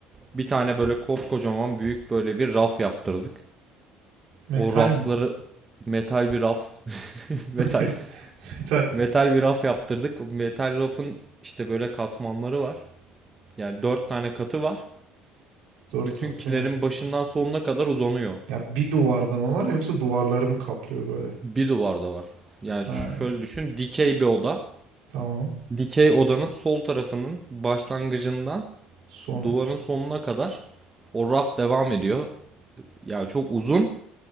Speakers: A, on the right; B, on the right.
A: bir tane böyle koskocaman büyük böyle bir raf yaptırdık.
B: Metal
A: O rafları
B: mi?
A: metal bir raf <laughs> metal
B: <laughs> Metal.
A: metal bir raf yaptırdık. O Metal rafın işte böyle katmanları var. Yani dört tane katı var.
B: Dört
A: Bütün
B: katlı
A: kilerin
B: mı?
A: başından sonuna kadar uzanıyor.
B: Ya bir duvarda mı var yoksa duvarları mı kaplıyor böyle?
A: Bir duvarda var. Yani
B: Ha,
A: ş- şöyle düşün dikey bir oda.
B: tamam.
A: Dikey odanın sol tarafının başlangıcından
B: Son
A: duvarın sonuna kadar o raf devam ediyor. Yani çok uzun